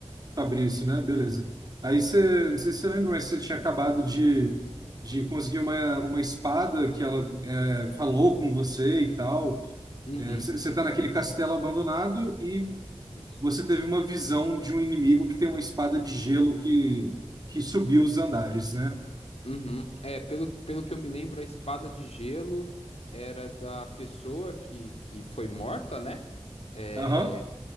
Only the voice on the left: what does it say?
Uhum,
isso.
Uhum. É, pelo, pelo que eu me lembro, a espada de gelo era da pessoa que, que foi morta, né? É,